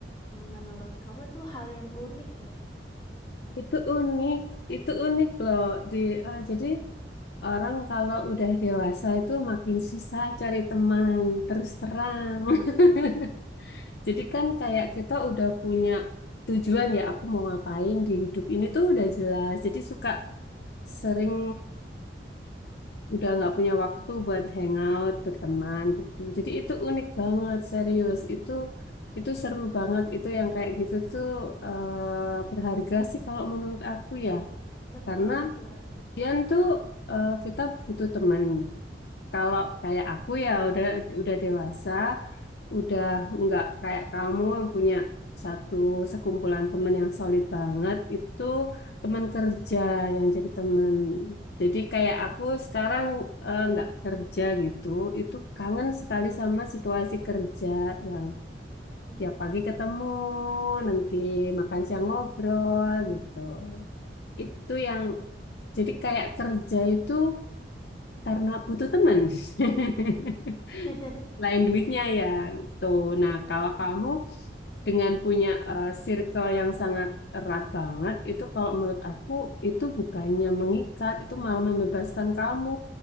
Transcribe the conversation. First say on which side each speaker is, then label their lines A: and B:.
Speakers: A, on the left; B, on the left.
A: menurut kamu itu hal yang unik nggak?
B: itu unik. Itu unik loh. Di ah, jadi orang kalau udah dewasa itu makin susah cari teman terus terang. <laughs> Jadi kan kayak kita udah punya tujuan ya, aku mau ngapain di hidup ini tuh udah jelas. Jadi suka sering udah nggak punya waktu buat hangout, berteman gitu.
A: Hmm,
B: Jadi itu unik banget, serius. Itu itu seru banget. Itu yang kayak gitu tuh eh, berharga sih kalau menurut aku ya.
A: betul
B: Karena
A: betul.
B: Pian tuh eh, kita butuh teman. Kalau kayak aku ya udah udah dewasa, udah nggak kayak kamu yang punya satu sekumpulan teman yang solid banget itu teman kerja yang jadi teman jadi kayak aku sekarang eh, nggak kerja gitu itu kangen sekali sama situasi kerja yang
A: Hmm.
B: ya pagi ketemu nanti makan siang ngobrol gitu itu yang jadi kayak kerja itu karena butuh teman <laughs>
A: <laughs>
B: lain duitnya ya gitu. Nah,
A: Betul.
B: kalau kamu dengan punya eh, circle yang sangat erat banget, itu kalau menurut aku itu bukannya mengikat, itu malah membebaskan kamu.